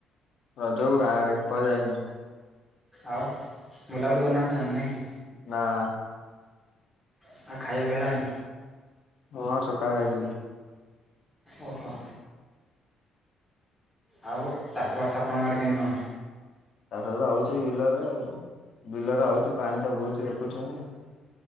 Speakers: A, on the left (about 60°); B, in the centre.
A: ରଜକୁ ଗାଁରେ କୁଆଡ଼େ ଯାଇନି।
B: ଆଉ ବୁଲାବୁଲି କରୁନାହାନ୍ତି ଆ ନାଇଁ କି?
A: ନାଁ।
B: ଆଉ ଖାଇବା ପିଇବା ହେଲାଣି?
A: ହଁ ସକାଳେ ଖାଇଥିଲି।
B: ଓହୋ। ଆଉ ଚାଷ ବାସ ଆପଣଙ୍କ ଆଡ଼େ କେମିତି କଣ?
A: ଚାଷ ବାସ ହଉଚି ବିଲରେ ଆଉ ବିଲରେ ହଉଚି ପାଣି ତ ବୋହୁଚି ଦେଖୁଚୁ ଆମେ।